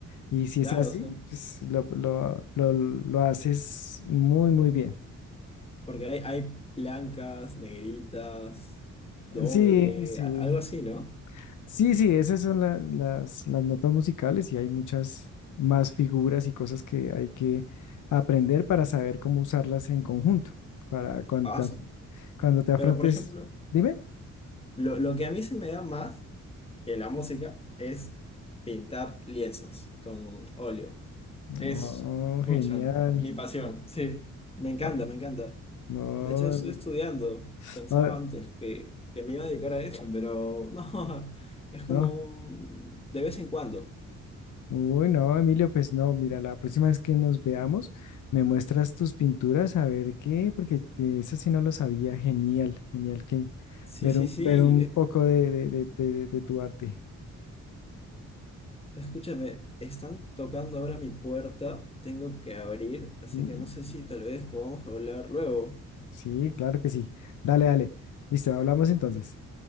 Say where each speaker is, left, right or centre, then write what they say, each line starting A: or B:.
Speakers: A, on the left (about 75°); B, on the left (about 20°).
A: Y si
B: Claro,
A: es así,
B: o sea,
A: pues lo, lo, lo, lo haces muy, muy bien.
B: porque hay, hay blancas, negritas, doble,
A: Sí, sí.
B: a- algo así, ¿no?
A: Sí, sí, esas son la- las, las notas musicales y hay muchas más figuras y cosas que hay que aprender para saber cómo usarlas en conjunto para cuando
B: Ah, sí.
A: Cuando te afrontes,
B: Pero, por ejemplo,
A: dime.
B: lo, lo que a mí se me da más que la música es pintar lienzos con óleo. Es,
A: Oh,
B: pucha,
A: genial.
B: mi pasión, sí. Me encanta,
A: Ah,
B: me encanta.
A: No,
B: De hecho, estoy
A: em-
B: estudiando. Pensaba
A: ah,
B: antes que, que me iba a dedicar a eso, pero no, <laughs> es como
A: no.
B: un- de vez en cuando.
A: Uy, no, Emilio, pues no, mira, la próxima vez que nos veamos, me muestras tus pinturas a ver qué, porque eh, eso sí no lo sabía. Genial, genial que
B: Sí,
A: ver
B: sí,
A: un,
B: sí.
A: ver un
B: eh,
A: poco de, de, de, de- de tu arte.
B: Escúchame, están tocando ahora mi puerta. Tengo que abrir, así
A: Mm,
B: que no sé si tal vez podamos hablar luego.
A: Sí, claro que sí. Dale, dale. Listo, hablamos entonces.